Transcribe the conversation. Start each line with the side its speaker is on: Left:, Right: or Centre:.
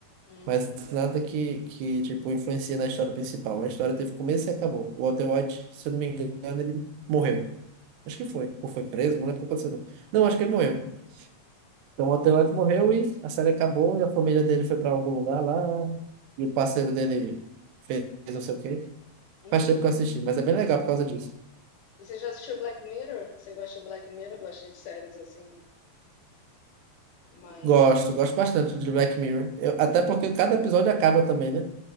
Left: Uhum.
Right: Mas nada que, que tipo, influencia na história principal. A história teve começo e acabou. O Walter White, se eu não me engano, ele morreu. Acho que foi. Ou foi preso, não lembro o que aconteceu. Não, Não, acho que ele morreu. Então o Walter White morreu e a série acabou e a família dele foi pra algum lugar lá. E o parceiro dele fez não sei o quê.
Left: Uhum.
Right: Faz tempo que eu assisti, mas é bem legal por causa disso.
Left: Você já assistiu Black Mirror? Você gosta de Black Mirror? Eu gosto de séries assim, Mas,
Right: Gosto, gosto bastante de Black Mirror. Eu- até porque cada episódio acaba também, né?